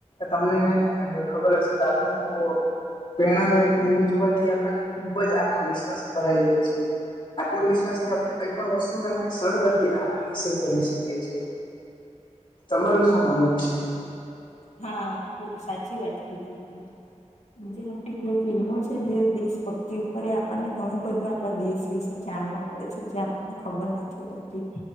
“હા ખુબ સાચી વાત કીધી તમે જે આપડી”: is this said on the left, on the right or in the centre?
Left